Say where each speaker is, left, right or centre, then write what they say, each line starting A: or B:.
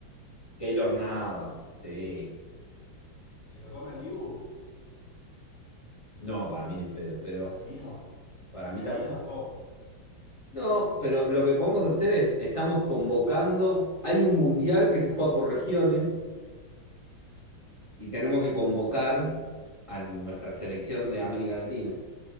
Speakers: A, on the left (about 40°); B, on the left (about 60°).
A: Keylor Navas, sí.
B: se lo come al Dibu.
A: No, para mí ni en pedo, pero
B: Para mí no.
A: para mí
B: Y a
A: tampoco.
B: Dida tampoco.
A: No, pero lo que podemos hacer es, estamos convocando, hay un mundial que se juega por regiones y tenemos que convocar a nuestra selección de América Latina.